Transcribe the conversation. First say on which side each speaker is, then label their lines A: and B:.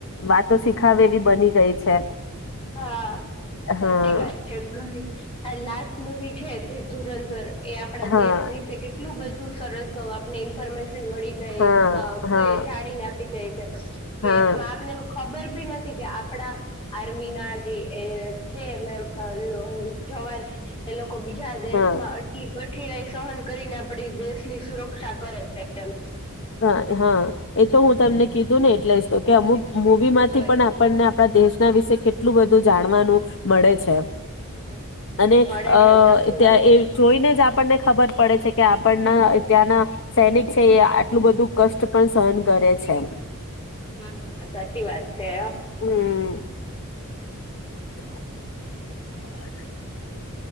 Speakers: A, on the left; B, on the left.
A: વાતો સીખ દખા એવી બની ગઈ છે.
B: હા
A: હા
B: સાચી વાત છે ઘણી લ મુવી છે તે ધુરંધર એ આપણા
A: હા
B: દેશ વિશે કેટલું બધું તું સરસ તો આપને ઇન્ફોર્મેશન મળી જાય
A: હા
B: કોઈ
A: હા
B: જાણીને પઈ જાય કે
A: હા
B: આપને રો ખબર ભી નથી કે આપડા આર્મી ના જે એ છે અમે <unintelligible> જવાન એ લોકો બીજા દેશ
A: હા
B: માં આટલી કઠીના સહન કરીને આપડી દેશની સુરક્ષા કરે છે એમ.
A: હા હા એ તો હું તમને કીધું ને એટલે જ તો કે અમુક મૂવી માંથી
B: તો
A: પણ આપણને આપણા દેશના વિશે કેટલું બધું જાણવાનું મળે છે.
B: હમ,
A: અને
B: મળે
A: અ
B: છે સાચી
A: ત્યાં
B: વાત
A: એ
B: છે
A: જોઈને જ આપણને ખબર પડે છે કે આપણના ત્યાંના સૈનિક છે એ એટલું બધું કષ્ટ પણ સહન કરે છે.
B: હમ્મ સાચી વાત છે હ
A: હમ્મ <inaudible>